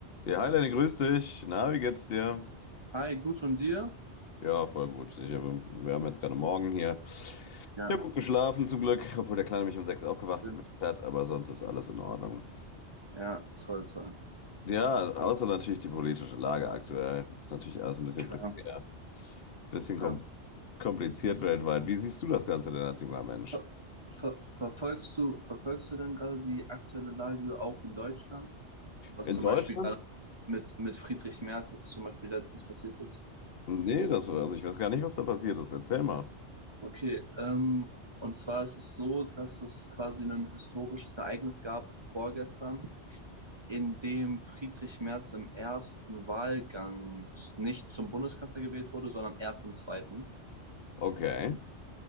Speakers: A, on the left; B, on the right.
A: Ja, hi Lenny, grüß dich. Na, wie geht's dir?
B: Hi, gut und dir?
A: Ja, voll gut. Ich habe, wir haben jetzt gerade Morgen hier.
B: Ja,
A: Ich habe gut geschlafen zum Glück, obwohl der Kleine mich um sechs aufgewacht
B: schön.
A: geweckt hat, aber sonst ist alles in Ordnung.
B: Ja, toll, toll.
A: Ja, außer natürlich die politische Lage aktuell. Ist natürlich alles ein bisschen
B: Klar,
A: prekär, bisschen
B: klar.
A: kom kompliziert weltweit. Wie siehst du das Ganze denn als junger Mensch?
B: Ver ver verfolgst du, verfolgst du denn gerade die aktuelle Lage auch in Deutschland? Was
A: In
B: zum
A: Deutschland?
B: Beispiel gerade mit, mit Friedrich Merz jetzt zum Beispiel letztens passiert ist?
A: Nee, das, also ich weiß gar nicht, was da passiert ist. Erzähl mal.
B: Okay, ähm, und zwar ist es so, dass es quasi ein historisches Ereignis gab vorgestern, in dem Friedrich Merz im ersten Wahlgang nicht zum Bundeskanzler gewählt wurde, sondern erst im zweiten.
A: Okay.